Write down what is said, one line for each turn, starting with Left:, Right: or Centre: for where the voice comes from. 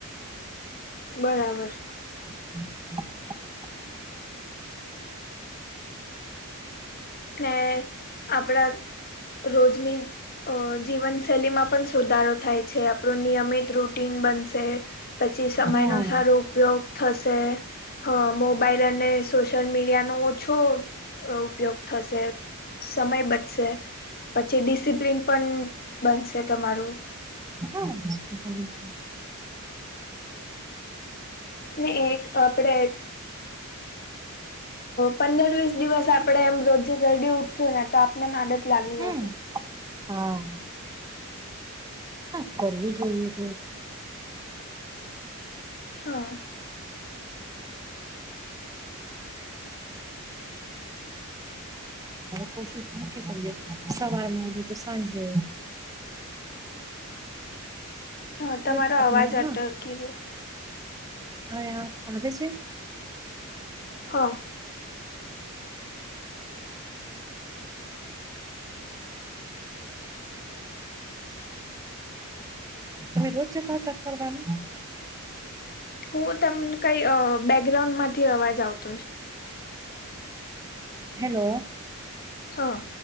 Left: બરાબર.
Right: હમ <inaudible>
Left: ને, આપણા રોજની અ જીવનશૈલીમાં પણ સુધારો થાય છે આપણું નિયમિત રૂટીન બનશે. પછી સમયનો
Right: હા
Left: સારો ઉપયોગ થશે, હ મોબાઈલ અને સોશિયલ મીડિયાનો ઓછો ઉપયોગ થશે, સમય બચશે. પછી ડિસિપ્લિન પણ બનશે તમારું.
Right: <unintelligible>
Left: ને એક આપડે પંદર વીસ દિવસ આપડે એમ રોજે જલ્દી ઉઠશું ને તો આપને આદદ લાગી
Right: હમ
Left: જશે.
Right: હા. હા કરવી જોઈએ તો
Left: હા.
Right: કોશિશ તો કરવી જોય સવારમાં તો સાંજે.
Left: હા
Right: કેવું
Left: તમારો
Right: છે આપનું
Left: અવાજ અટકી રહ્યો
Right: હા આવે છે?
Left: હા.
Right: તમે રોજ જતા હતા ફરવામાં?
Left: હું તમને કઈ બેકગ્રાઉન્ડ માંથી અવાજ આવતો હોય છે.
Right: હેલો.
Left: હા